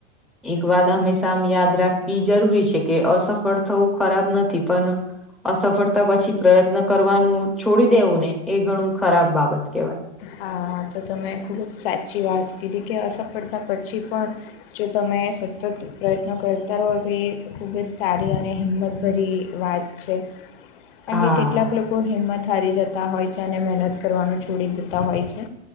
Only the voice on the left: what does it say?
હા, આતો તમે ખૂબ જ સાચી વાત કીધી કે અસફળતા પછી પણ જો તમે સતત પ્રયત્નો કરતા રહો તો એ ખૂબ જ સારી અને હિંમતભરી વાત છે.
કાણ
કે કેટલાક લોકો હિંમત હારી જતા હોય છે અને મહેનત કરવાનું છોડી દે તા હોય છે,